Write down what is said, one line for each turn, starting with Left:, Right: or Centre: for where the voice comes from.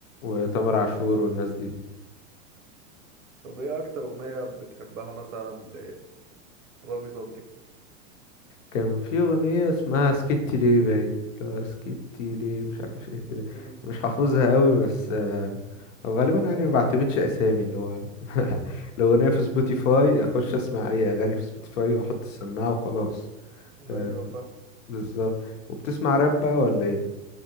Left: وتامر عاشور والناس دي
Right: طب ايه أكتر أغنية بتحبها مثلا لرامي صبري
Left: كان في أغنية اسمها سكتي ليه باين اللي هو سكتي ليه مش عارف ايه كده
Right: مم.
Left: مش حافظها قوي بس آه، أو غالبا يعني ما بعتمدش أسامي اللي هو <laughs> الأغنية
Right: مم.
Left: في سبوتيفاي أخش أسمع أي أغاني في سبوتيفاي وأحط السماعة وخلاص
Right: ايوه
Left: آه،
Right: فاهم
Left: بالظبط وبتسمع راب بقى ولا ايه؟